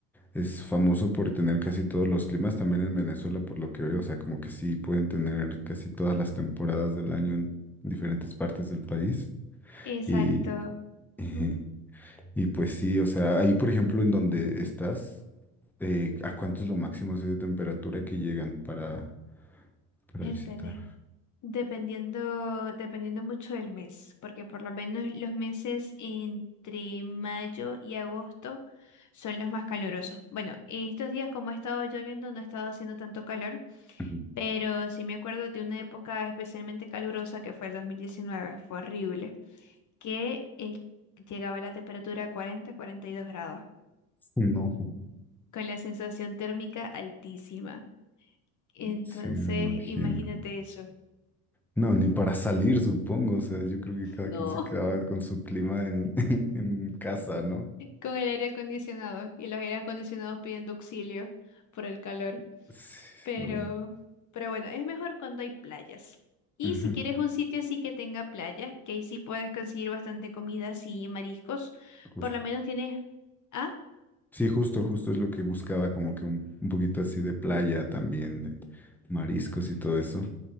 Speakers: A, in the centre; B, on the left.
A: es famoso por tener casi todos los climas, también en Venezuela, por lo que veo, o sea, como que sí pueden tener casi todas las temporadas del año en diferentes partes del país.
B: exacto.
A: Y, eh,
B: Ujú,
A: y pues sí, o sea, ahí, por ejemplo, en donde estás, eh, ¿a cuánto es lo máximo así de temperatura que llegan para, para
B: vértale.
A: visitar?
B: Dependiendo, dependiendo mucho del mes, porque por lo menos los meses entre mayo y agosto son los más calurosos. Bueno, estos días como ha estado lloviendo no ha estado haciendo tanto calor,
A: Ujú.
B: pero sí me acuerdo de una época especialmente calurosa que fue el 2019, fue horrible, que el, llegaba a la temperatura a 40, 42 grados,
A: No,
B: con la sensación térmica altísima. Entonces,
A: sí, me imagino.
B: imagínate eso.
A: No, ni para salir, supongo. O sea, yo creo que cada
B: No.
A: quien se quedaba con su clima en, <laughs> en casa, ¿no?
B: con el aire acondicionado y los aires acondicionados pidiendo auxilio por el calor.
A: Sí,
B: Pero,
A: no.
B: pero bueno, es mejor cuando hay playas. Y
A: Ujú,
B: si quieres un sitio así que tenga playa, que ahí sí puedes conseguir bastante comidas y mariscos,
A: Justo.
B: por lo menos tienes, ah,
A: Sí, justo, justo es lo que buscaba, como que un, un poquito así de playa también, de mariscos y todo eso.